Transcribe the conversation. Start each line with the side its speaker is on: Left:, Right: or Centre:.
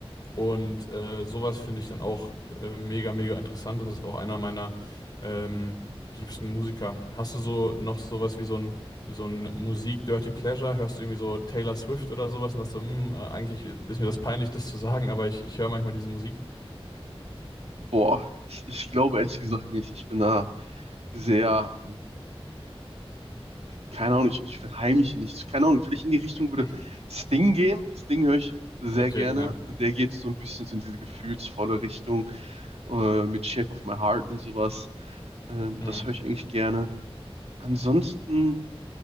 Left: Und äh, sowas finde ich dann auch äh, mega, mega interessant. Das ist auch einer meiner ähm, liebsten Musiker. Hast du so noch sowas wie so ein, wie so ein Musik-Dirty Pleasure? Hörst du irgendwie so Taylor Swift oder sowas und hast so, "Hm, äh, eigentlich ist mir das peinlich, das zu sagen, aber ich, ich höre manchmal diese Musik.
Right: boah, ich, ich glaube ehrlich gesagt nicht. Ich bin da sehr ähm, keine Ahnung, ich, ich verheimliche nichts. Keine Ahnung, vielleicht in die Richtung würde
Left: <laughs>
Right: Sting gehen. Sting höre ich sehr
Left: Okay,
Right: gerne
Left: ja.
Right: und der geht so ein bisschen so in diese gefühlsvolle Richtung äh, mit Shape of My Heart und sowas. Ähm,
Left: Hm,
Right: das höre ich eigentlich gerne. Ansonsten,